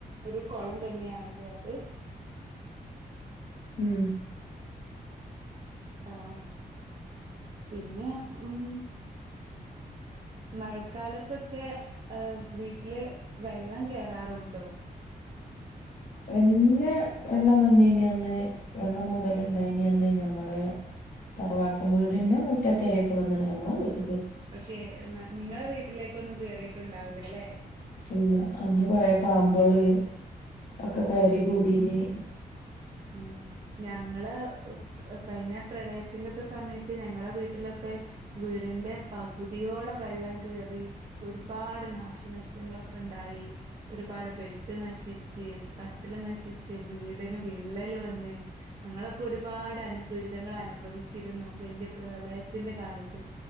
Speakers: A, on the right; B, on the left.
A: ഒരു കുളം തന്നെയാണല്ലേ അത്
B: മം
A: ആ പിന്നെ ഉം മഴക്കാലത്തൊക്കെ ആഹ് വീട്ടില് വെള്ളം കേറാറുണ്ടോ
B: വല്യ വെള്ളം വന്നീനി അന്ന് വെള്ളം മൂടല ഉണ്ടായിനി അന്ന് ഞമ്മളെ തറവാട്ടും വീടിന്റെ മുറ്റത്തരൊക്കെ വന്നേനെ നമ്മള് വീട്ട
A: ഓക്കെ എന്നാ നിങ്ങളെ വീട്ടിലേക്കൊന്നും കേറിയിട്ടുണ്ടാവൂലേ യല്ലേ
B: ഇല്ല അന്നുകുറെ പാമ്പുകള് ഒക്കെ കയറി കൂടിനി
A: മം ഞങ്ങള് കഴിഞ്ഞ പ്രളയത്തിന്റെയൊക്കെ സമയത്ത് ഞങ്ങളെ വീട്ടിലൊക്കെ വീടിന്റെ പകുതിയോളം വെള്ളം കേറി ഒരുപാട് നാശനഷ്ടങ്ങളൊക്കെ ഇണ്ടായി ഒരുപാട് ബെഡ് നശിച്ച് കട്ടില് നശിച്ച് വീട് വിള്ളല് വന്ന് ഞങ്ങളൊക്കെ ഒരുപാട് അനു ദുരിതങ്ങൾ അനുഭവിച്ചിരുന്നു വല്യ പ്രളയത്തിന്റെ കാലത്ത്